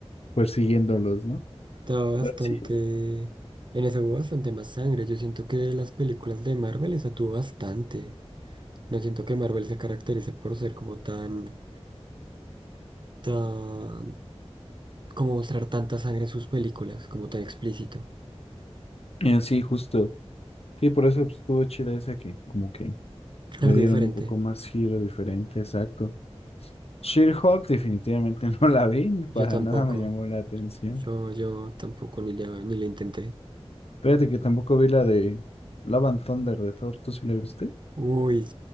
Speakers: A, on the left; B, on the right.
A: persiguiéndolos, ¿no?
B: estaba bastante,
A: Pero sí,
B: en eso hubo bastante más sangre. Yo siento que de las películas de Marvel esa tuvo bastante. No siento que Marvel se caracterice por ser como tan, tan, como mostrar tanta sangre en sus películas, como tan explícito.
A: eh, sí, justo. Sí, por eso pues, estuvo chida esa que como que le
B: Algo
A: dieron
B: diferente.
A: un poco más giro diferente, exacto. She-Hulk definitivamente <laughs> no la vi,
B: Yo
A: para
B: tampoco.
A: nada me llamó la atención.
B: Yo, yo tampoco ni le, ni le intenté.
A: Fíjate que tampoco vi la de Love and Thunder de Thor, ¿tú sí la viste?
B: Uy,